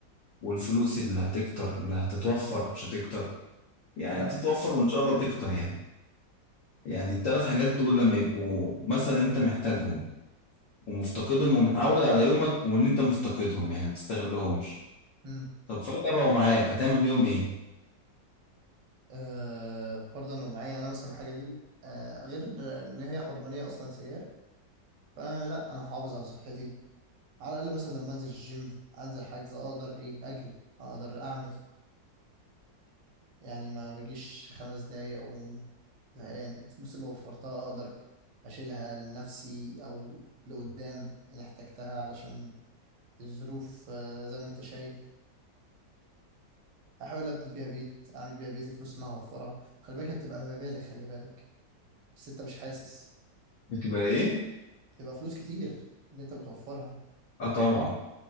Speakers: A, on the left; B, on the right.
A: والفلوس اللي هتكتر اللي هتتوفر مش هتكتر يعني
B: مم،
A: هتتوفر وإن شاء الله تكتر يعني يعني التلات حاجات دول لما يبقوا مثلا أنت محتاجهم ومفتقدهم ومتعود على يومك وإن أنت مفتقدهم يعني ما تستغلهمش
B: مم.
A: طب فجأة بقوا معاك هتعمل يوم إيه؟
B: أه فرضا لو معايا انا مثلا الحاجه دي أه غير ان هي حرمانيه اصلا سيار فانا لا انا محافظ على صحتي على الاقل مثلا لما انزل الجيم انزل حاجز اقدر ايه اجري اقدر اعمل يعني ما بجيش خمس دقايق أقوم زهقان الفلوس اللي وفرتها أقدر أشيلها لنفسي أو لقدام إن احتجتها علشان الظروف آه، زي ما أنت شايف أحاول أبني بيها بيت أعمل بيها بيت الفلوس اللي أنا هوفرها خلي بالك هي بتبقى مبالغ خلي بالك بس أنت مش حاسس
A: بتبقى إيه؟
B: تبقى فلوس كتير اللي أنت بتوفرها
A: آه طبعا